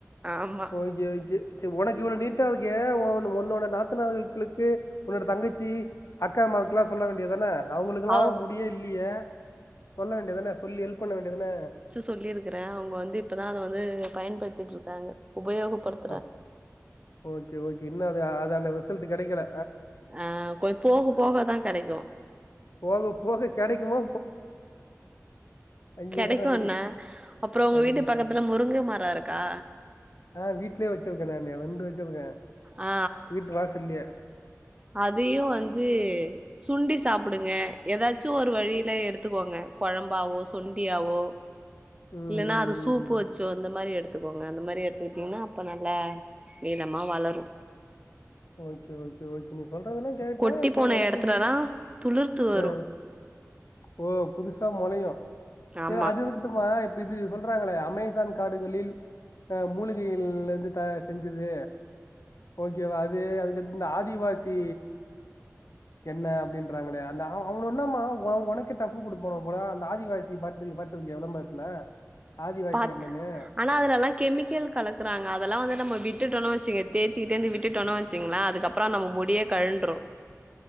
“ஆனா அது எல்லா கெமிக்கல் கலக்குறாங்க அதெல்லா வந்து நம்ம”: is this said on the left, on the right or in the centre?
Right